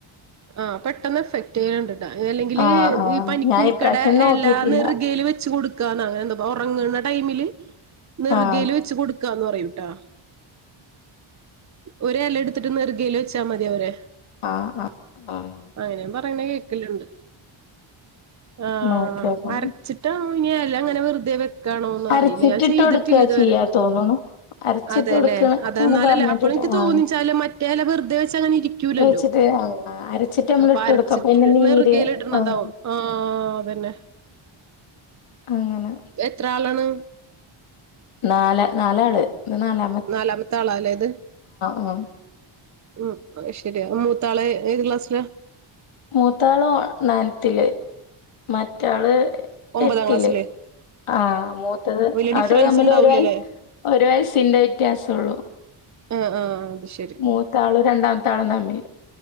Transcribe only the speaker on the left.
ആഹ് ആഹ്
ഞാൻ ഇപ്രാവശ്യം നോക്കിയിട്ടില്ല
ആഹ്
ആഹ് ആഹ്
നോക്കി നോക്കണം
അരച്ചിട്ടിട്ട്
കൊടുക്കാ
ചെയ്യാ തോന്നുണു. അരച്ചിട്ട്
കൊടുക്കാണ്
അങ്ങനെ
പറഞ്ഞേട്ടിട്ട്
ആഹ്
വെച്ചിട്ട് ആഹ് അരച്ചിട്ട് നമ്മൾ
ഇട്ട്
കൊടുക്ക അപ്പ അയ്ന്റെ നീര്
ആഹ്
അങ്ങനെ
നാല നാലാള് നാലാ
ആഹ്
മൂത്താളോ നയൻത്തില് മറ്റാള്
എട്ടില്
ആഹ് മൂത്തത്.
ആരോ തമ്മില്
ഒരു വ ഒരു വയസ്സിന്റെ വ്യത്യാസള്ളു.
മൂത്താളും രണ്ടാമത്താളും തമ്മില്.